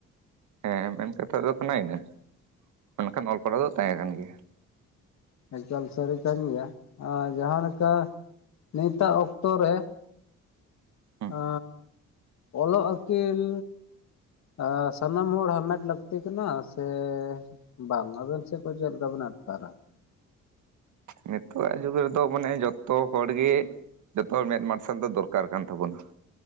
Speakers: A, on the right (about 70°); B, on the left (about 65°).
A: ᱦᱮᱸ ᱢᱮᱱ ᱠᱟᱛᱷᱟ ᱫᱚ ᱠᱟᱱᱟ ᱤᱱᱟᱹ ᱢᱮᱱ ᱠᱷᱟᱱ ᱚᱞ ᱯᱟᱲᱦᱟᱣ ᱫᱚ ᱛᱟᱦᱮᱸ ᱠᱟᱱ ᱜᱮᱭᱟ
B: ᱮᱠᱟᱞ ᱥᱟᱹᱨᱤ ᱠᱟᱱ ᱜᱮᱭᱟ ᱟᱨ ᱡᱟᱦᱟᱸ ᱞᱮᱠᱟ ᱱᱤᱛᱟᱜ ᱚᱠᱛᱚ ᱨᱮ
A: ᱦᱩᱸ
B: ᱮ ᱚᱞᱚᱜ ᱟᱹᱠᱤᱞ ᱚ ᱥᱟᱱᱟᱢ ᱦᱚᱲ ᱦᱟᱢᱮᱴ ᱞᱟᱹᱠᱛᱤ ᱠᱟᱱᱟ ᱥᱮ ᱵᱟᱝ ᱟᱵᱮᱱ ᱥᱮᱫ ᱠᱚ ᱪᱮᱫ ᱞᱮᱠᱟᱵᱮᱱ ᱟᱴᱠᱟᱨᱟ
A: ᱱᱤᱛᱚᱜᱟᱜ ᱡᱩᱜᱽ ᱨᱮᱫᱚ ᱢᱟᱱᱮ ᱡᱚᱛᱚ ᱦᱚᱲ ᱜᱮ ᱡᱚᱛᱚ ᱢᱮᱫ ᱢᱟ ᱥᱮᱫ ᱫᱚ ᱫᱚᱨᱠᱟᱨ ᱠᱟᱱ ᱛᱟᱵᱚᱱᱟ